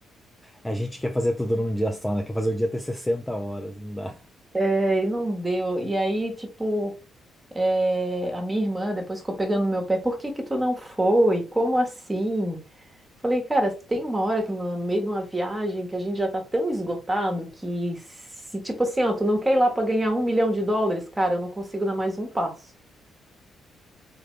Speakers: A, in the centre; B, on the right.
A: A gente quer fazer tudo num dia só, né? Quer fazer o dia ter 60 horas, não dá.
B: É, e não deu. E aí, tipo, é, a minha irmã depois ficou pegando no meu pé. Por que que tu não foi? Como assim? Falei, cara, tem uma hora que no no meio de uma viagem que a gente já tá tão esgotado que se tipo assim, ó, tu não quer ir lá pra ganhar um milhão de dólares, cara, eu não consigo dar mais um passo.